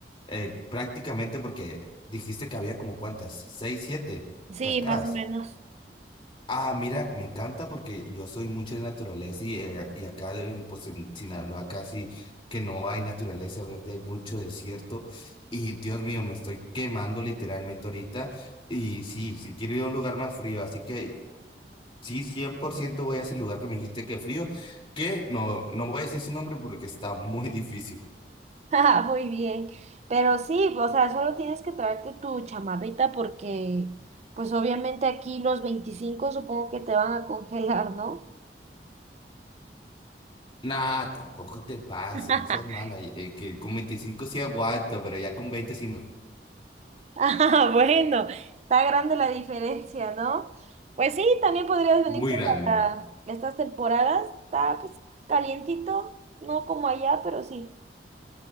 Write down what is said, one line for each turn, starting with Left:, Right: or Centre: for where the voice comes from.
Left: eh, prácticamente porque dijiste que había como cuántas, seis, siete
Right: Sí,
Left: cascadas.
Right: más o menos.
Left: Ah, mira, me encanta porque yo soy mucho de naturaleza y, eh, y acá en, pues en Sinaloa casi que no hay naturaleza verde, hay mucho desierto y Dios mío, me estoy quemando literalmente ahorita y sí, sí quiero ir a un lugar más frío, así que Sí, 100% voy a ese lugar que me dijiste que frío, que no, no voy a decir su nombre porque está muy difícil.
Right: <laughs> Ah, Muy bien, pero sí, o sea, solo tienes que traerte tu chamarrita porque, pues obviamente aquí los 25 supongo que te van a congelar, ¿no?
Left: Nah, tampoco te pases,
Right: <laughs>
Left: no seas mala, y- eh, que con 25 sí aguanto, pero ya con veinte sí,
Right: Ah, <laughs> bueno, está grande la diferencia, ¿no? Pues sí, también podrías venirte
Left: muy grande.
Right: para estas temporadas, está pues calientito, no como allá, pero sí.